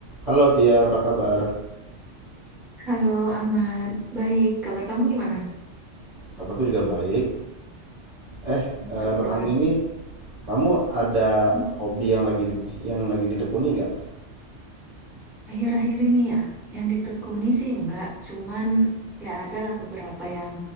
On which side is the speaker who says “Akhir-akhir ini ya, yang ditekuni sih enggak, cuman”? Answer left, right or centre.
Centre